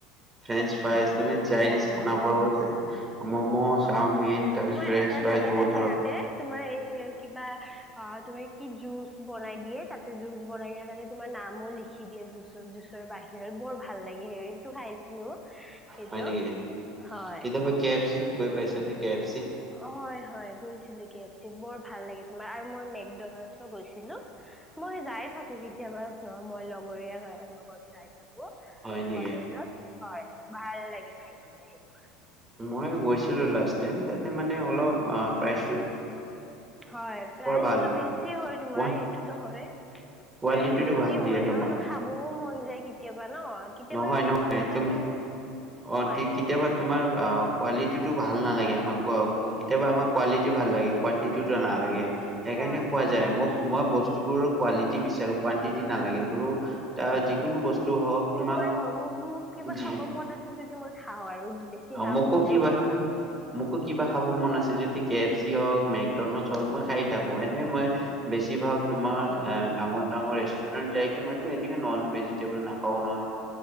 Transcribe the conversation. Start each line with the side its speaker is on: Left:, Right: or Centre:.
Right: ফ্ৰেঞ্চ ফ্ৰাইজ,
Centre: খাই
Right: তুমি
Centre: কিনে
Right: চাইনিজ
Centre: বৰ
Right: খানা
Centre: ভাল পাওঁ মই
Right: যে মমো,
Centre: হয়।
Right: চাওমিন তাৰপিছত
Centre: তোমাৰ
Right: ফ্ৰেঞ্চ
Centre: এটা
Right: প্ৰাইজ
Centre: জাগাত
Right: বহুত
Centre: আছে
Right: ধৰণৰ
Centre: যাতে তোমাৰ এই কিবা অঁ, তোমাৰ কি জুচ বনাই দিয়ে তাতে জুচ বনাই কিনে তাতে তোমাৰ নামো লিখি দিয়ে জুঁচত, জুচৰ বাহিৰত, বৰ ভাল লাগে হে সেইটো খাইছিলো। সেইটো
Right: হয় নেকি,
Centre: হয়।
Right: কেতিয়াবা কে এফ চিত গৈ পাইছা নে কে এফ চি?
Centre: অঁ, হয় হয় গৈছিলো কে এফ চিত বৰ ভাল লাগে তোমাৰ আৰু মই মেকডনল্ডছো গৈছিলো।
Right: <inaudible>
Centre: মই যায়েই থাকো কেতিয়াবা অঁ মই লগৰীয়া লগত যাই থাকো।
Right: হয় নেকি।
Centre: কলেজত হয়, ভাল লাগে খাই কিনে সেইবোৰ।
Right: মই গৈছিলোঁ লাষ্ট টাইম তাতে মানে অলপ অঁ প্ৰাইজ
Centre: হয়, প্ৰাইজটো
Right: ভাল
Centre: বেছি হয় তোমাৰ
Right: কোৱা
Centre: এইটোতো হয়েই। প্ৰাইজ
Right: কোৱালিটিটো
Centre: বেছি
Right: ভাল দিয়ে
Centre: হ'লেয়েতো
Right: তোমাক
Centre: খাবয়ো মন যায় কেতিয়াবা ন। কেতিয়াবা
Right: নহয়
Centre: এনেই
Right: নহয়
Centre: পইচাটো
Right: তুমি অ
Centre: হয়।
Right: তি কেতিয়াবা তোমাৰ কোৱালিটিটো ভাল নালাগে আমাক, কেতিয়াবা আমাৰ কোৱালিটি ভাল লাগে। কোৱানটিটো নালাগে। সেইকাৰণে
Centre: হয়
Right: কোৱা
Centre: হয়
Right: যায় মোক মই বস্তুবোৰৰ কোৱালিটি বিচাৰো কোৱানটিটি নালাগে এইবোৰো তাৰ যিকোনো বস্তু হওক তোমাক
Centre: হয় হয়, মোক মোক কিবা
Right: যি
Centre: খাব মন আছে যদি মই খাওঁ আৰু বেছি দাম
Right: মোকো
Centre: হলেও
Right: কিবা
Centre: মই খাওঁ।
Right: মোকো কিবা খাব মন আছে যদি কে এফ চি হওক মেকডনাল্ড হওক মই খাই থাকো এনে মই বেছিভাগ তোমাৰ এ ডাঙৰ ডাঙৰ ৰেষ্টু ৰেণ্ট যাইকে মইটো এনেকে নন ভেজিটেবল নাখাও নহয়,